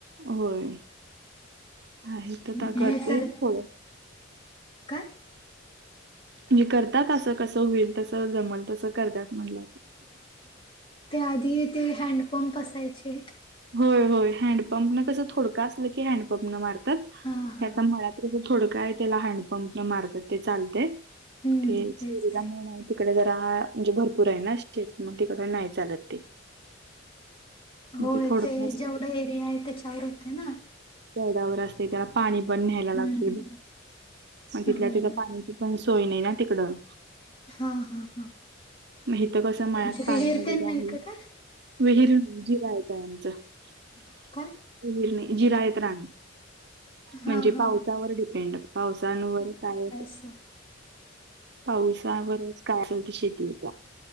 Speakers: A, on the right; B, on the left.
A: होय आहे तर
B: नाही
A: करतील
B: तर
A: थोडं.
B: काय?
A: हे करतात असं कस होईल तस जमल तसं करत्यात म्हणलं.
B: त्याआधी ते हँडपंप असायचे.
A: होय होय हँडपंप न कस थोडकं असलं की हँड पंप न मारतात
B: हा हा
A: हे आता मळात्र ज थोडं आहे त्याला हँडपंप न मारतात ते चालते
B: हम्म
A: ते ेरीला
B: तेच
A: मुड तिकडे जरा म्हणजे भरपूर आहे ना शे मग तिकडे नाही चालत ते मग
B: हो
A: थोडकं
B: ते
A: असलं
B: जेवढा एरिया आहे ते वर होतते ना
A: ड्यावर असते त्याला पाणी पण न्यायला लागतेग
B: हम्म
A: तिथल्या
B: होय
A: तिथ पाणी पण सोय नाही ना तिकडं
B: हा हा हा
A: हेथ कस
B: म्हणजे
A: मळ्यात पाणी
B: विहीर
A: वगैरे
B: तेन नाही
A: आहे
B: का काय
A: विहीर जिवायच आमचरणी
B: काय
A: जिरायत राणी
B: हा
A: म्हणजे
B: हा
A: पावसावर डिपेंड पावसावर काय
B: अस
A: पावसा बरच कायलत शेती होता